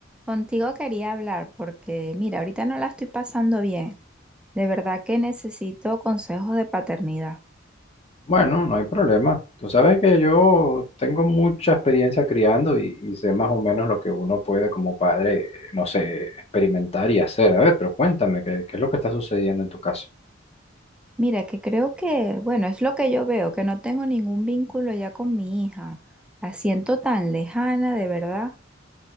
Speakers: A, in the centre; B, on the left (about 30°).
A: Contigo quería hablar porque, mira, ahorita no la estoy pasando bien. De verdad que necesito consejos de paternidad.
B: Bueno, no hay problema. Tú sabes que yo tengo mucha experiencia criando y, y sé más o menos lo que uno puede como padre, no sé, experimentar y hacer. A ver, pero cuéntame, ¿qué, qué es lo que está sucediendo en tu caso?
A: Mira, que creo que, bueno, es lo que yo veo, que no tengo ningún vínculo ya con mi hija. La siento tan lejana, de verdad.